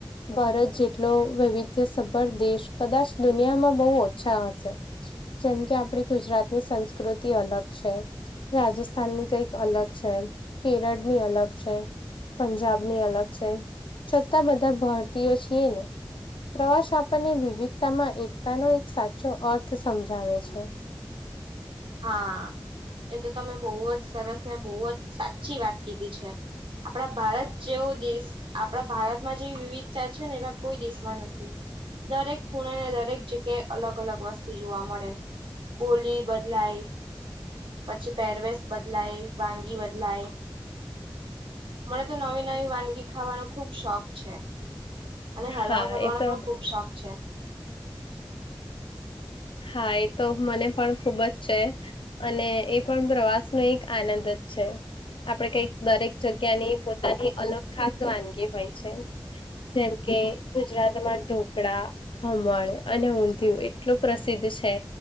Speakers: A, on the left; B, on the right.
A: ભારત જેટલો વૈવિધ્ય સભળ દેશ કદાચ દુનિયામાં બહુ ઓછા હશે જેમ કે આપડી ગુજરાતની સંસ્કૃતિ અલગ છે. રાજસ્થાન કઈક અલગ છે. કેરળ અલગ છે. પંજાબની અલગ છે. છતાં બધા ભારતીયો છીએ ના. પ્રવાસ આપણને વિવિધતામાં એકતાનો એક સાચો અર્થ સમજાવે છે.
B: હા એ તો તમે બહુ જ સરસ ને બહુ જ સાચી વાત કીધી છે. આપડા ભારત જેવો દેશ આપડા ભારતમાં જેવી વિવિધતા છે ને એવા કોઈ દેશમાં નથી. દરેક ખૂણને દરેક જગ્યાએ અલગ અલગ વસ્તુ જોવા મળે. બોલી બ બલાય પછી પેરવેશ બદલાય વાનગી બદલાય મને તો નવી નવી વાનગી ખાવાનો ખુબ શોખ છે. અને હરવા
A: હા
B: ફરવાનો
A: એ તો
B: પણ ખુબ શોખ છે.
A: હા એ તો મને પણ ખુબ જ છે. અને એ પણ પ્રવાસનો એક આનંદજ છે. આપડે કઈક દરેક જગ્યા ની પોતાની અલગ ખાસ વાનગી હોય છે. જેમ કે ગુજરાતમાં ઢોકળા ખમણ અને ઊંધિયું એટલું પ્રસિદ્ધ છે